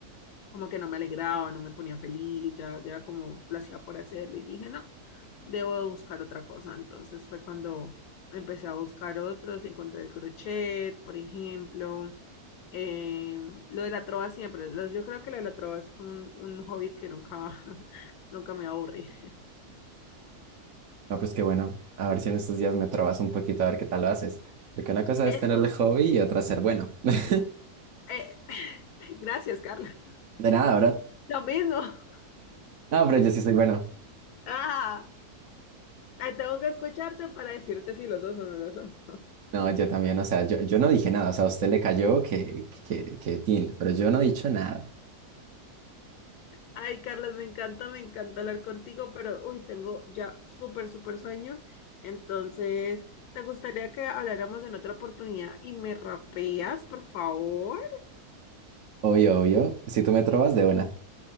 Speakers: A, on the left (about 75°); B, on the right (about 60°).
A: como que no me alegraba, no me ponía feliz, ya, ya era como lo hacía por hacerlo y dije, no, debo de buscar otra cosa. Entonces fue cuando empecé a buscar otros, encontré el crochet, por ejemplo, eh, lo de la trova siempre, los- yo creo que lo de la trova es un, un hobby que nunca, <laughs> nunca me aburrí.
B: Ah, pues qué bueno. A ver si en estos días me trabas un poquito a ver qué tal lo haces. Porque una cosa
A: Eso,
B: es tener el hobby y otra ser bueno. <laughs>
A: eh, <laughs> gracias, Carla.
B: De nada, bro.
A: Lo mismo. <laughs>
B: No, pero yo sí soy bueno.
A: Ah, tengo que escucharte para decirte si los dos son o no lo son.
B: No, yo también, o sea, yo, yo no dije nada. O sea, a usted le cayó que, que, que, tin, pero yo no he dicho nada.
A: Ay, Carlos, me encanta, me encanta hablar contigo, pero uy, tengo ya súper, súper sueño. Entonces, ¿te gustaría que habláramos en otra oportunidad y me rapeas, por favor?
B: Obvio, obvio. Si tú me trobas de una.